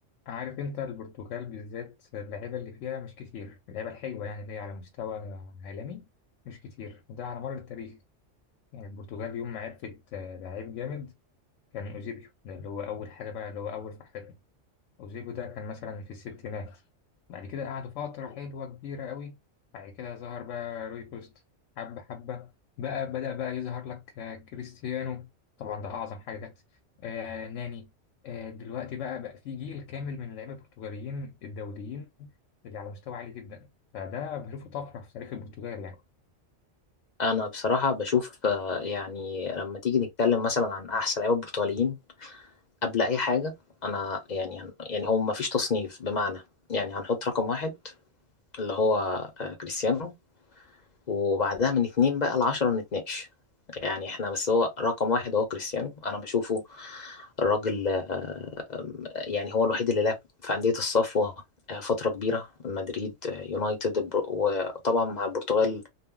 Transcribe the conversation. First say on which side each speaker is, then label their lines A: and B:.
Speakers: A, on the left; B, on the left.
A: عارف انت البرتغال بالذات اللعيبه اللي فيها مش كتير اللعيبه الحلوه يعني اللي هي على مستوى عالمي مش كتير وده على مر التاريخ يعني البرتغال يوم ما عرفت آه، لعيب جامد كان اوزيبيو ده اللي هو اول حاجه بقى اللي هو اول فرحتنا وزيكو ده كان مثلا في الستينات بعد كده قعدوا فترة حلوة كبيرة قوي بعد كده ظهر بقى روي كوست حبة حبة بقى بدأ بقى يظهر لك آه، كريستيانو طبعا ده أعظم حاجة جت آه ناني آه دلوقتي بقى بقى في جيل كامل من اللعيبة البرتغاليين الدوليين اللي على مستوى عالي جدا فده بشوفه طفرة في تاريخ البرتغال يعني
B: انا بصراحه بشوف آه، يعني لما تيجي نتكلم مثلا عن احسن لعيبه البرتغاليين قبل اي حاجه انا يعني هن- يعني هو ما فيش تصنيف بمعنى يعني هنحط رقم واحد اللي هو آه، كريستيانو وبعدها من اتنين بقى لعشرة نتناقش يعني احنا بس هو رقم واحد هو كريستيانو انا بشوفه الراجل آه، يعني هو الوحيد اللي لعب في أندية الصفوة آه، فترة كبيرة مدريد آه، يونايتد البر- وطبعا مع البرتغال